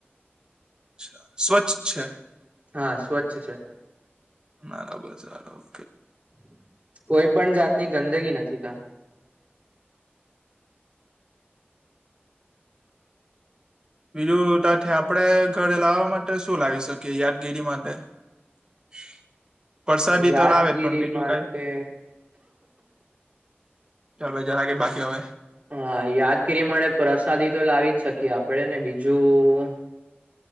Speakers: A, on the right; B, on the right.
A: ા સ્વચ્છ છે
B: હા સ્વચ્છ છે
A: નારાબર સારબ
B: <inaudible> કોઈ પણ જાતની ગંદગી નથી
A: બીજું ત્યાથી આપડે ઘરે લાવવા માટે શું લાવી શકીએ યાદગીરી માટે <inaudible> વરસાદી
B: ત્યાં યાદગીરી
A: તો લાવે જ પણ બીજું
B: માટે
A: કઈ ચાલ ભાઈ જરા કે બાકીઓં
B: હા યાદગીરી મળે પ્રસાદી તો લાવી જ શકીએ આપડે ને બીજું